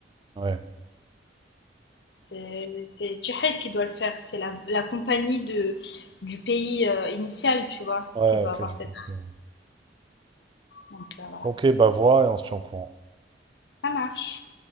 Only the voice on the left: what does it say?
C'est c'est Jihad qui doit le faire, c'est la, la compagnie de, du pays euh, initial, tu vois,
qui doit
avoir
cette.
Donc euh, voilà,
ça marche.